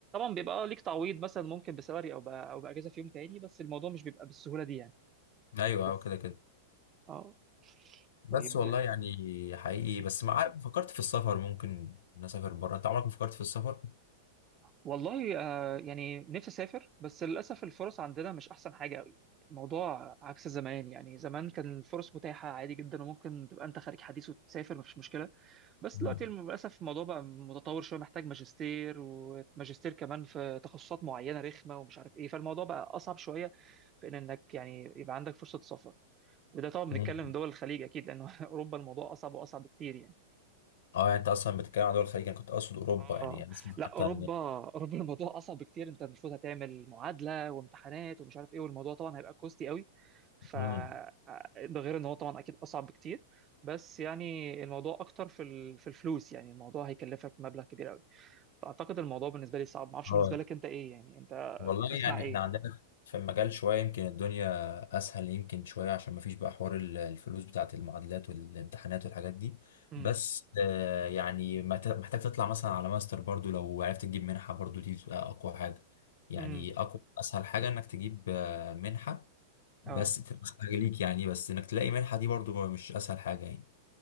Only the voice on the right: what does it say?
بيبقى آه، ليك تعويض مثلا ممكن بسالري او ب... او باجازه في يوم تاني بس الموضوع مش بيبقى بالسهوله دي يعني
بس
اه
طيب
والله آه، يعني نفسي اسافر بس للاسف الفرص عندنا مش احسن حاجه قوي الموضوع عكس زمان يعني زمان كان الفرص متاحه عادي جدا وممكن تبقى انت خارج حديث وتسافر مفيش مشكله بس
دلوقتي الم- للاسف الموضوع بقى متطور شويه محتاج ماجستير وماجستير كمان في تخصصات معينه رخمه ومش عارف ايه فالموضوع بقى اصعب شويه في ان انك يعني يبقى عندك فرصه سفر وده طبعا بنتكلم
دول الخليج اكيد لان <laughs> اوروبا الموضوع اصعب واصعب بكتير يعني
اه
لا
اوروبا
اوروبا <laughs> الموضوع اصعب بكتير انت المفروض هتعمل معادله وامتحانات ومش عارف ايه والموضوع طبعا هيبقى كوستي قوي ف
آه، ده غير ان هو طبعا اكيد اصعب بكتير بس يعني الموضوع اكتر في ال... في الفلوس يعني الموضوع هيكلفك مبلغ كبير قوي فاعتقد الموضوع بالنسبه لي صعب ما اعرفش
بالنسبه لك انت ايه يعني انت
تسمع
ايه
امم
امم
اه